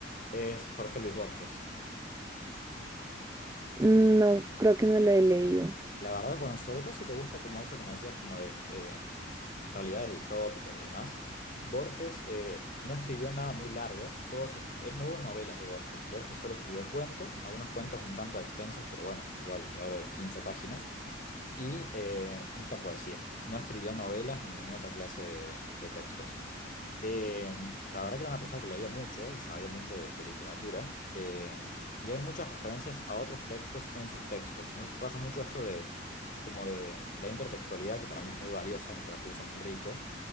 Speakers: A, on the left; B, on the right.
A: Es Jorge Luis Borges.
B: Mm, No, creo que no lo he leído.
A: La verdad, bueno, sobre todo si te gusta como eso que me decías, como de eh, realidades distópicas y demás. Borges eh, no escribió nada muy largo. Todos sus, él no hubo novelas de Borges. Borges solo escribió cuentos, algunos cuentos un tanto extensos, pero bueno, igual te hablo de 15 páginas. y eh, mucha poesía. No escribió novelas ni ninguna otra clase de, de textos. Eh, la verdad que era una persona que leía mucho y sabía mucho de, de literatura. eh, y hay muchas referencias a otros textos en sus textos. Entonces pasa mucho esto de como de la intertextualidad, que para mí es muy valiosa, un recurso muy rico